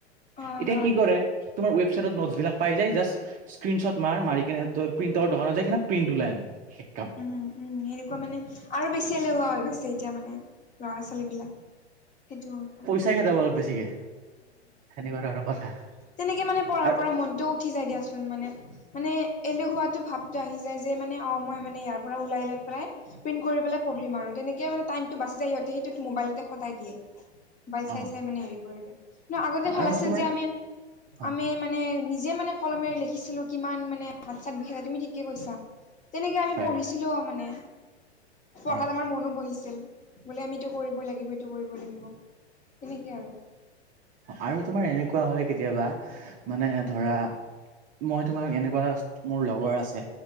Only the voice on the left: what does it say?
হয়
হয়
উম উম সেনেকুৱা মানে আৰু বেছি এলেহোৱা হৈ গৈছে এতিয়া মানে। ল'ৰা-ছোৱালী বিলাক সেইটোপা।
তেনেকে মানে পঢ়া
পৰা মনটোও উঠি যায় দিয়াচোন মানে। মানে এলেহুৱাটো ভাৱটো আহি যায় যে মানে অ', মই মানে ইয়াৰ পৰা ওলাই লৈ পেলাই প্ৰিন্ট কৰি পেলাই পঢ়িম আৰু তেনেকে মানে টাইমটো বাচি যায়, সিহঁতে সেইটোত মোবাইলতে খটাই দিয়ে। ম'বাইল চাই
চাই মানে হেৰি কৰি দিয়ে, কিন্তু আগতে
ভাল
আছিল
যে আমি
আমি মানে নিজে মানে কলমেৰে লিখিছিলোঁ‌, কিমান মানে হাত চাত বিষাই তুমি ঠিকে কৈছা। তেনেকে আমি
পঢ়িছিলোও মানে। পঢ়াত
আমাৰ মনো বহিছিল, বোলে আমি এইটো কৰিবই লাগিব, এইটো কৰিবই লাগিব, তেনেকে আৰু।